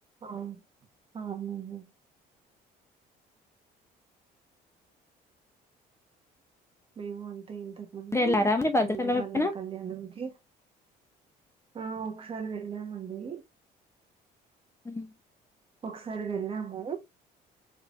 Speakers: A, on the right (about 35°); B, on the left (about 15°).
A: ఔన్ ఔనండి మేము అంత్ తే ఇంతక్ ముందు
B: మీరు వెళ్ళారా మరి భద్రాచలం
A: వెళ్ళే వాళ్ళం
B: ఎప్పుడైనా
A: కళ్యాణంకి ఆ ఒకసార్ వెళ్ళామండి
B: ఉమ్
A: ఒక్ సార్ వెళ్ళము